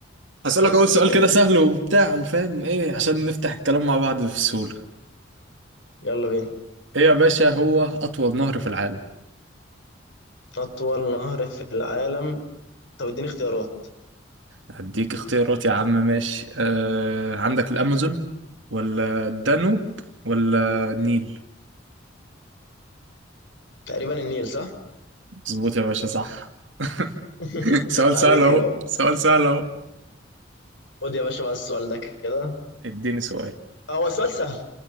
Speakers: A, on the right (about 70°); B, on the left (about 65°).
A: هسالك
B: خلصان
A: اول سؤال كده سهل وبتاع وفاهم ايه عشان نفتح الكلام مع بعض بسهوله
B: يلا بينا
A: ايه يا باشا هو اطول نهر في العالم
B: اطول نهر في العالم طب اديني اختيارات
A: هديك اختيارات يا عم ماشي آه عندك الأمازون ولا الدانوب ولا النيل
B: تقريبا النيل صح
A: مظبوط يا باشا صح <laughs>
B: <laughs>
A: سؤال
B: عيب عليك
A: سهل اهو
B: يا بابا.
A: سؤال سهل اهو
B: خد يا باشا بقى السؤال ده كده
A: اديني سؤال
B: هو سؤال سهل